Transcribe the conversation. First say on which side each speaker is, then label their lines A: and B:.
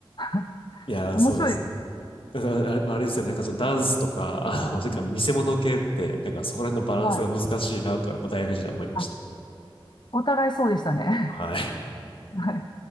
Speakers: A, on the left; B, on the left.
A: <laughs>
B: いやー、
A: 面白いですね。
B: そうですね。だからあれあれですよね。なんかそのダンスとか、あの、<laughs> それから見せ物系って、
A: うん
B: なんかそこら辺のバランスが難しいなとはやっぱ大学時代思いました。
A: はい。あ、お互いそうでしたね。
B: はい。
A: <laughs> はい